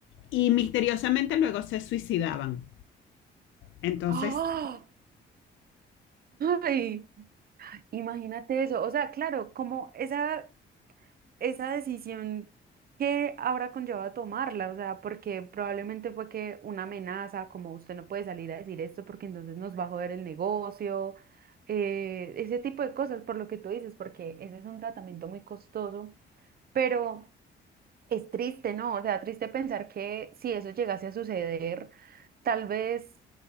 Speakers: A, on the left; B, on the right.
A: y misteriosamente luego se suicidaban. Entonces,
B: ¡Ah! ¡Ay! Imagínate eso, o sea, claro, como esa, esa decisión que habrá conllevado tomarla, o sea, porque probablemente fue que una amenaza, como usted no puede salir a decir esto porque entonces nos va a joder el negocio, eh, ese tipo de cosas, por lo que tú dices, porque ese es un tratamiento muy costoso, pero... Es triste, ¿no? O sea, triste pensar que si eso llegase a suceder, tal vez